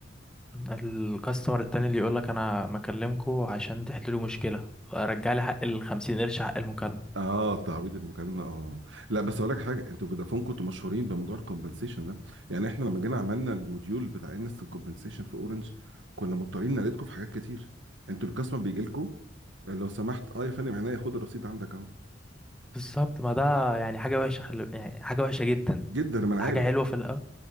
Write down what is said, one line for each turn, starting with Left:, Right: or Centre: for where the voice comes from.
Centre: الكاستمر التاني اللي يقولك انا مكلمكوا عشان تحلوا مشكلة رجع لي حق الخمسين قرش حق المكالمة
Right: اه تعويض المكالمه اه لا بس اقول لك حاجه انتوا فودافون كنتوا مشهورين بموضوع الكومبنسيشن ده يعني احنا لما جينا عملنا الموديول بتاع انستنت كومبنسيشن في اورنج كنا مضطرين نقلدكم في حاجات كتير انتوا الكاستمر بيجي لكم لو سمحت اه يا فندم عينيا خد الرصيد عندك اهو
Centre: بالظبط ما ده يعني حاجة وحشة خل... يعني حاجة وحشة جدا
Right: جدا ما انا
Centre: حاجة
Right: عارف
Centre: حلوة في الأول